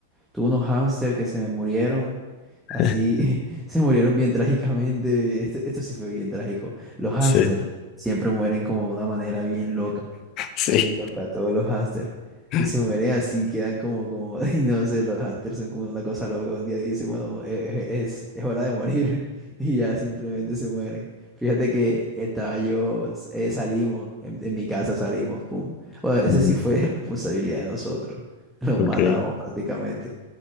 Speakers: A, in the centre; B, on the left.
A: Tuve unos hámster que se me murieron,
B: <laughs>
A: así, <laughs> se murieron bien trágicamente. Esto, esto sí fue bien trágico. Los hámster
B: sí,
A: siempre mueren como de una manera bien loca.
B: sí,
A: Bien loca, todos los hámsters.
B: <laughs>
A: Y se mueren así, quedan como, como, <laughs> y no sé, los hámsters son como una cosa loca. Un día dice, bueno, e- e- es, es hora de morir. <laughs> Y ya simplemente se mueren. Fíjate que estaba yo, eh, salimos, en, en mi casa salimos, pum. Bueno,
B: ujú,
A: esa sí fue <laughs> responsabilidad de nosotros. Los
B: ok,
A: matamos prácticamente.